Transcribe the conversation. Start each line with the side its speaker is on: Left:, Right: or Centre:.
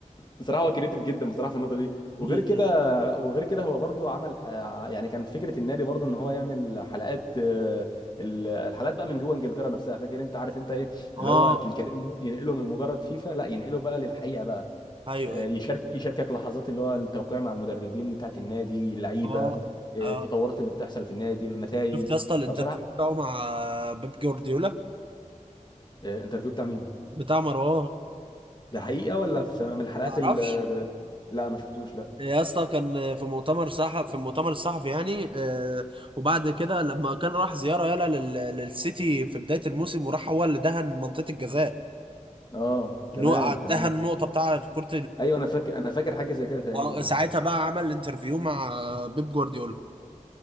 Left: بصراحه هو كريتيف جدا بصراحه في النقطه دي وغير
Right: أمم.
Left: كده وغير كده هو برضو عمل ح- يعني كان فكره النادي برضو ان هو يعمل حلقات آه، ال- الحلقات بقى من جوه انجلترا نفسها فاكر انت عارف انت ايه
Right: <laughs>
Left: اللي
Right: اه
Left: هو الكارير مود ينقله من مجرد فيفا لا ينقله بقى للحقيقه بقى
Right: ايوه
Left: آه،
Right: ايوه
Left: يشارك يشاركك لحظات اللي هو التوقيع مع المدربين بتاعت النادي اللعيبه
Right: اه
Left: آه، التطورات
Right: اه
Left: اللي بتحصل في النادي النتائج
Right: شفت يا اسطى الانترفيو
Left: فبصراحه
Right: بتاعه مع بيب جوارديولا
Left: آه، انترفيو بتاع مين
Right: بتاع مروان
Left: ده حقيقه ولا في من حلقات
Right: تعرفش
Left: ال آه، لا ما شفتوش لا
Right: يا اسطى كان في مؤتمر صحفي في المؤتمر الصحفي يعني آه وبعد كده لما كان راح زياره يلا لل... للسيتي في بدايه الموسم وراح هو اللي دهن منطقه الجزاء
Left: اه تمام
Right: اللي هو
Left: تمام
Right: دهن النقطه بتاع كره
Left: ايوه انا فاكر انا فاكر حاجه زي كده تقريبا
Right: اه
Left: اه
Right: ساعتها بقى عمل انترفيو مع بيب جوارديولا